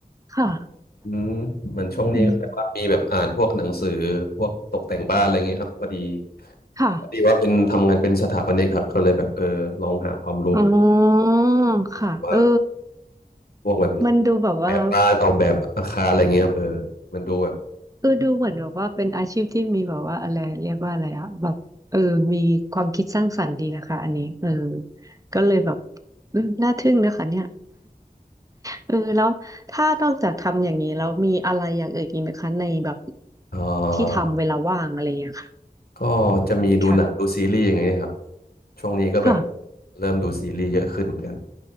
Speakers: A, on the right; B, on the left.
A: ค่ะ
B: อืมเหมือนช่วงนี้ก็แบบว่ามีแบบอ่านพวกหนังสือพวกตกแต่งบ้านอะไรอย่างงี้ครับพอดี
A: อืมค่ะ
B: พอดีว่าเป็นทำงานเป็นสถาปนิกครับก็เลยแบบเออลองหาความรู้
A: อ๋อค่ะเออ
B: ว่าพวกแบบ
A: มันดูแบบว่า
B: แบบบ้านออกแบบอาคารอะไรเงี้ยครับเออมันดูแบบ
A: เออดูเหมือนแบบว่าเป็นอาชีพที่มีแบบว่าอะไรเรียกว่าอะไรอะแบบเออมีความคิดสร้างสรรค์ดีนะคะอันนี้เออก็เลยแบบอืมน่าทึ่งนะคะเนี่ย เออแล้วถ้านอกจากทำอย่างนี้แล้วมีอะไรอย่างอื่นอีกไหมคะในแบบ
B: เออ
A: ที่ทำเวลาว่างอะไรอย่างเงี้ยค่ะ
B: ก็จะมีดูหนังดูซีรีส์อย่างเงี้ยครับ
A: ค่ะ
B: ช่วงนี้ก็แบบ
A: ค่ะ
B: เริ่มดูซีรีส์เยอะขึ้นเหมือนกัน